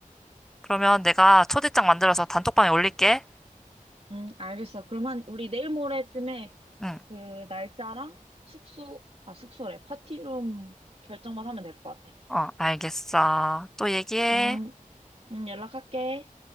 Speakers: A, in the centre; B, on the right.
A: 그러면 내가 초대장 만들어서 단톡방에 올릴게.
B: 응, 알겠어. 그러면 우리 내일 모레쯤에
A: 응,
B: 그 날짜랑 숙소, 아, 숙소래. 파티룸 결정만 하면 될 것 같아.
A: 어, 알겠어. 또 얘기해.
B: 응, 응, 연락할게.